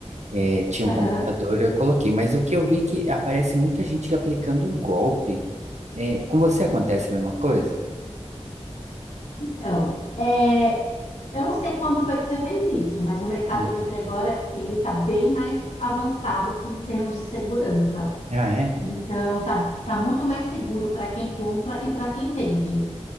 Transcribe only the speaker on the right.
É, tinha
um computador, eu coloquei, mas o que eu vi é que aparece muita gente aplicando golpe. É, com você acontece a mesma coisa?
Hum.
Ah, é?